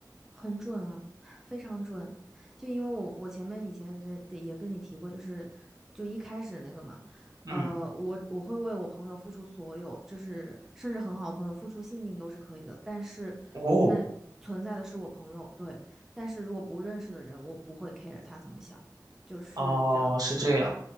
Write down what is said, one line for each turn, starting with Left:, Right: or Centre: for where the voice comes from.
Centre: 很准啊，非常准。就因为我我前面以前跟跟也跟你提过，就是就一开始那个嘛，
Right: 嗯，
Centre: 呃，我我会为我朋友付出所有，就是甚至很好的朋友付出性命都是可以的，但是那存在的是我朋友，
Right: 哦，
Centre: 对，但是如果不认识的人，我不会 care 他怎么想，就是这样子，
Right: 哦，是这样。
Centre: 对，